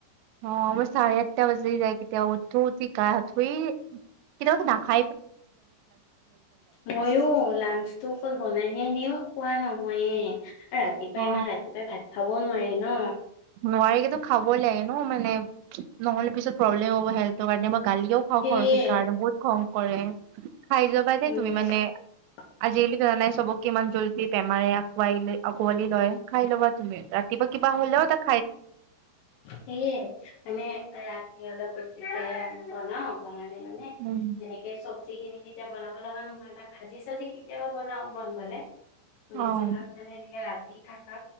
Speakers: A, on the right; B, on the left.
A: অ', মোৰ চাৰে আঠটা বাজি যায় কেতিয়াবা, উঠো উঠি গা শুই কেতিয়াবাটো নাখা
B: ময়ো লাঞ্চ ত' অকল বনাই হে নিওঁ, খোৱা নহয়ে আৰু ৰাতিপুৱাই
A: অ
B: ইমান ৰাতিপুৱাই ভাত খাব নোৱাৰি ন।
A: নোৱাৰিলেওতো খাবই লাগে ন মানে, নহ'লে পিছত প্ৰব্লেম হ'ব হেল্থৰ কাৰণে মই গালিও খাওঁ
B: সেয়ে
A: <unintelligible> কাৰণে বহুত খং কৰে, খাই যাবা
B: মোৰ
A: দেই তুমি মানে
B: <inaudible>
A: আজিকালিতো জানাই চবকে ইমান জল্দি বেমাৰে আকোৱাই আকোৱালি লয়, খাই ল'বা তুমি ৰাত কিবা- কিবা হ'লেও তাক
B: সেইয়ে, মানে ৰাতি অলপ বেছিকে বনাও বনালে মানে
A: উম,
B: এনে এই চব্জি খিনি তেতিয়া বনাব লগা নহয়, ত' ভাজি চাজি কেতিয়াবা বনাও মন গ'লে। বেছিভাগ
A: অ',
B: মানে এনেকে ৰাতি থকা